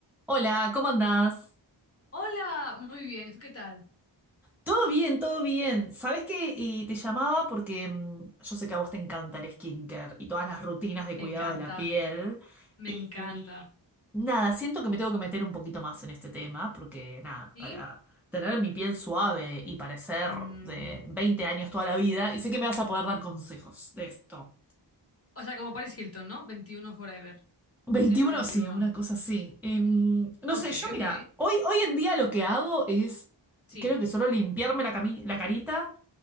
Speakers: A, in the centre; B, on the left.
A: Hola, ¿cómo andás?
B: Hola, muy bien, ¿tú qué tal?
A: Todo bien, todo bien. ¿Sabés qué? Y te llamaba porque mm, yo sé que a vos te encanta el skincare y todas las rutinas de
B: Me
A: cuidado
B: encanta,
A: de la piel.
B: me
A: Y,
B: encanta.
A: y nada, siento que me tengo que meter un poquito más en este tema porque nada,
B: ¿Sí?
A: para tener mi piel suave y parecer
B: Mm,
A: de 20 años toda la vida, y sé que me vas a poder dar consejos de esto.
B: o sea, como Paris Hilton, ¿no? 21 forever.
A: 21,
B: Siempre veintiuno.
A: sí, una cosa así. Em, no
B: Ok,
A: sé, yo mira,
B: ok.
A: hoy, hoy en día lo que hago es,
B: Sí,
A: creo que solo limpiarme la, cami- la carita